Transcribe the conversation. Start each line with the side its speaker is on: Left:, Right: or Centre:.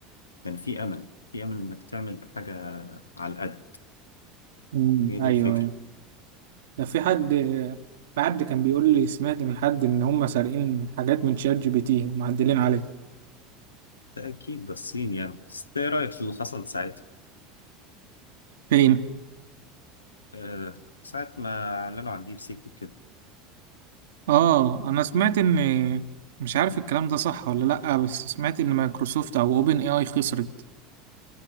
Left: كان في أمل في أمل إنك تعمل بحاجة على القد
Right: امم
Left: هي
Right: ايوه
Left: دي الفكرة
Right: ايوه ده في حد في حد كان بيقول لي سمعت من حد ان هم سارقين حاجات من شات جي بي تي ومعدلين عليه
Left: ده أكيد ده الصين يعني بس إيه رأيك في اللي حصل ساعتها؟
Right: فين
Left: أه ساعة ما أعلنوا عن ديب سيك وكده
Right: اه انا سمعت ان مش عارف الكلام ده صح ولا لا بس سمعت ان مايكروسوفت او اوبن اي اي خسرت